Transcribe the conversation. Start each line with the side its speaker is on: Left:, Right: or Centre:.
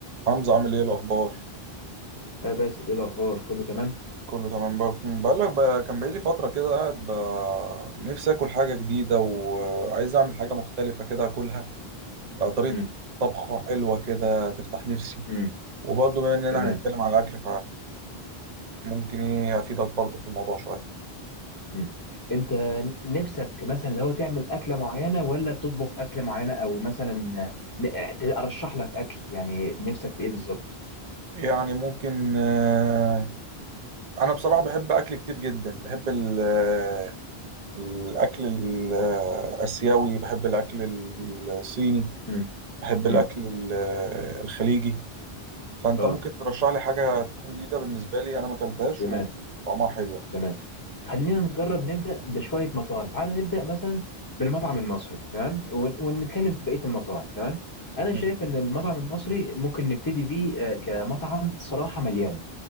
Right: حمزة عامل ايه الأخبار؟
Left: آه باسل ايه الاخبار كله تمام
Right: كله تمام بقى كنت بقول لك بقى كان بقالي فترة كده قاعد بقى نفسي آكل حاجة جديدة وعايز أعمل حاجة مختلفة كده آكلها بقى طريقة
Left: امم
Right: طبخة حلوة كده تفتح نفسي
Left: امم
Right: وبرضه بما إننا
Left: تمام
Right: هنتكلم على الأكل فممكن إيه أفيدك برضه في الموضوع شوية
Left: امم انت نفسك مثلا لو تعمل اكله معينه ولا تطبخ اكله معينه او مثلا آه، ن- آه، ارشح لك اكل يعني نفسك في ايه بالظبط
Right: يعني ممكن آه، أنا بصراحة بحب أكل كتير جدا بحب ال- آه، الأكل ال- آه، الآسيوي بحب الأكل الصيني
Left: امم
Right: بحب الأكل
Left: امم
Right: ال- آه، الخليجي فانت
Left: اه
Right: ممكن ترشح لي حاجه تكون جديده بالنسبه لي انا ما اكلتهاش
Left: تمام
Right: وطعمها حلو يعني.
Left: تمام خلينا نجرب نبدأ بشوية مطاعم تعال نبدأ مثلا بالمطعم المصري تمام ون- ونتكلم في بقية المطاعم تمام أنا
Right: ماشي
Left: شايف إن المطعم المصري ممكن نبتدي بيه آه، كمطعم صراحة مليان